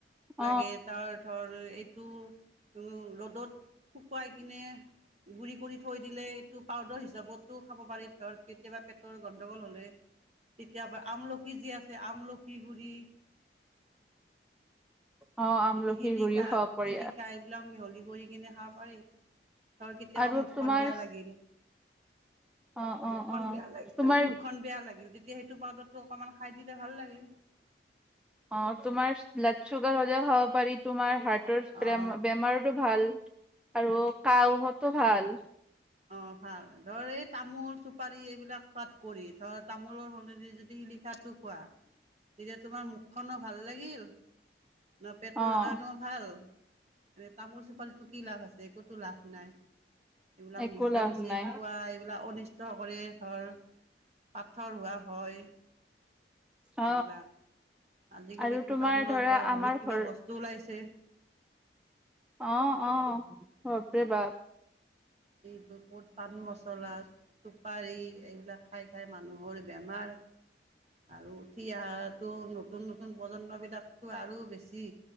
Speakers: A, in the centre; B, on the right.
A: অ
B: লাগে তাৰ ধৰ এইটো উ ৰ'দত শুকুৱাই কিনে গুৰি কৰি থৈ দিলে এইটো পাউদাৰ হিচাপতো খাব পাৰি ধৰ কেতিয়াবা পেটৰ গণ্ডগোল হ'লে। তেতিয়াবা আমলখি যি আছে আমলখি গুৰি।
A: অ আমলখিৰ
B: এইটো শিলিখা
A: গুৰিও খাব পাৰি
B: শিলিখা এইবিলাক মিহলি কৰি কিনে খাব পাৰি <inaudible> ধৰ কেতিয়াবা
A: আৰু
B: মুখখন
A: তোমাৰ
B: বেয়া লাগিল <inaudible>
A: অ অ
B: মুখখন
A: অ
B: বেয়া লাগিলে
A: তোমাৰ
B: মুখখন বেয়া লাগিল তেতিয়া সেইটো পাউদাৰটো অকনমান খাই দিলে ভাল লাগে
A: অ তোমাৰ ব্লাড চুগাৰ হ'লেও খাব পাৰি তোমাৰ হাৰ্ ডৰেম
B: অ',
A: বেমাৰতো ভাল আৰু কাহ হতো ভাল
B: অ' ভাল ধৰ এই তামোল চুপাৰী এইবিলাক খোৱাত কৰি ধৰ তামোলৰ সলনি যদি শিলিখাটো খোৱা, তেতিয়া তোমাৰ মুখ কনো ভাল লাগিল ন পেটৰ
A: অ
B: কাৰণো ভাল। এ তামোল চোপালিতো কি লাভ আছে একতো লাভ নাই <inaudible> এইবিলাক
A: একো
B: মিছা
A: লাভ
B: মিছি
A: নাই
B: খোৱা এইবিলাক অনিষ্ট কৰে ধৰ পাথৰোৱা হয় এইবিলাক
A: অ
B: আজিকালিতো
A: আৰু তোমাৰ
B: তামোলৰ
A: ধৰা
B: পৰা
A: আমাৰ
B: বহুত কিবা
A: ঘৰ
B: বস্তু ওলাইছে
A: অহ অ বাপ ৰে বাপ <inaudible>
B: এইটো ক'ত পান মছলা চুপাৰি এইবিলাক খাই খাই মানুহৰ বেমাৰ
A: <unintelligible>
B: আৰু উঠি অহাটো নতুন নতুন প্ৰজন্মবিলাকতো আৰু বেছি